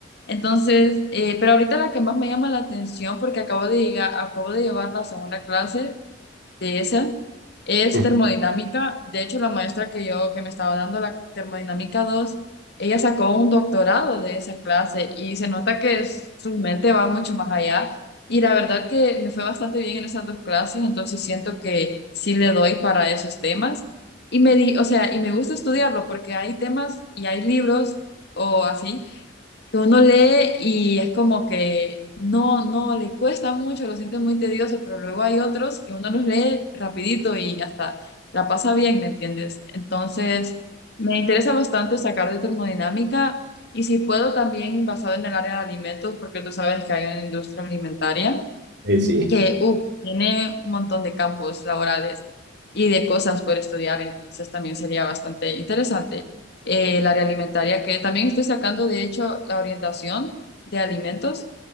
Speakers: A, on the left; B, on the right.
A: Entonces, eh, pero ahorita la que más me llama la atención, porque acabo de llegar, acabo de llevar la segunda clase, de esa es
B: <laughs>
A: termodinámica. De hecho, la maestra que yo que me estaba dando la termodinámica dos ella sacó un doctorado de esa clase y se nota que es- su mente va mucho más allá. Y la verdad que me fue bastante bien en esas dos clases, entonces siento que sí le doy para esos temas. Y me di, o sea, y me gusta estudiarlo porque hay temas y hay libros o así que uno lee y es como que no, no, le cuesta mucho, lo siente muy tedioso, pero luego hay otros que uno los lee rapidito y hasta la pasa bien, ¿me entiendes? Entonces, me interesa bastante sacar de termodinámica y si puedo también basado en el área de alimentos, porque tú sabes que hay una industria alimentaria
B: sí. sí.
A: que uf, tiene un montón de campos laborales y de cosas por estudiar, entonces también sería bastante interesante. Eh, el área alimentaria, que también estoy sacando, de hecho, la orientación de alimentos